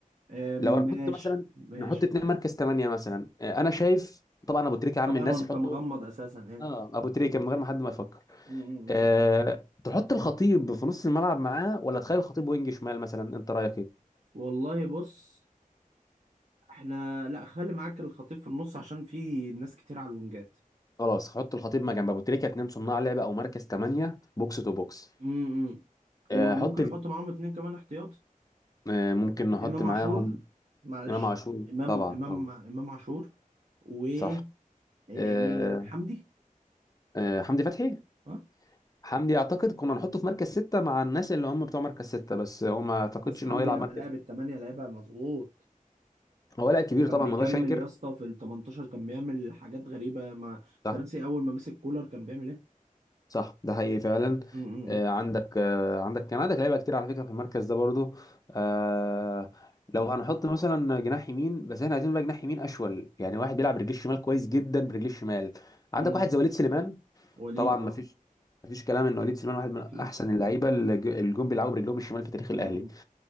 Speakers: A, on the right (about 55°); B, on the left (about 25°).
A: آه ماشي
B: لو هنحط مثلا
A: ماشي
B: نحط اتنين مركز 8 مثلا آه انا شايف طبعا ابو تريكه عم
A: طبعا
B: الناس
A: وانت
B: يحطه
A: مغمض اساسا ايه
B: اه ابو تريكه من غير ما حد ما يفكر
A: م- م-
B: أه
A: م.
B: تحط الخطيب في نص الملعب معاه ولا تخلي الخطيب وينج شمال مثلا انت رايك ايه
A: والله بص احنا لا خلي معاك الخطيب في النص عشان في ناس كتير على الونجات
B: خلاص حط الخطيب ما جنب ابو تريكه اتنين صناع لعب او مركز ثمانية بوكس تو بوكس
A: امم وممكن
B: أه حط ال...
A: نحط معاهم اتنين كمان احتياطي
B: أه ممكن نحط
A: امام
B: معاهم
A: عاشور معلش
B: امام عاشور
A: امام
B: طبعا
A: امام
B: طبعا
A: امام عاشور و
B: صح
A: آه،
B: أه
A: مين حمدي
B: أه حمدي فتحي
A: ها
B: حمدي اعتقد كنا نحطه في مركز ستة مع الناس اللي هم بتوع مركز ستة بس هو ما اعتقدش
A: بس حمدي
B: ان هو يلعب
A: لما
B: مركز
A: لعب الثمانية لعبها مظبوط
B: هو لاعب كبير
A: كان
B: طبعا
A: بيكمل
B: ما نقدرش انكر
A: يا اسطى في ال 18 كان بيعمل حاجات غريبة ما
B: صح
A: تراسي اول ما مسك كولر كان بيعمل ايه
B: صح ده حقيقي فعلا
A: م- م-
B: آه، عندك آه، عندك كان عندك لعيبه كتير على فكره في المركز ده برضو آه، لو هنحط مثلا جناح يمين بس احنا عايزين بقى جناح يمين اشول يعني واحد بيلعب برجليه الشمال كويس جدا برجليه الشمال عندك
A: م.
B: واحد زي وليد سليمان
A: وليد
B: طبعا
A: اه
B: ما فيش ما فيش كلام ان وليد سليمان واحد من
A: اكيد
B: احسن اللعيبه اللي جو- اللي جم بيلعبوا برجلهم الشمال في تاريخ
A: م-
B: الاهلي
A: م.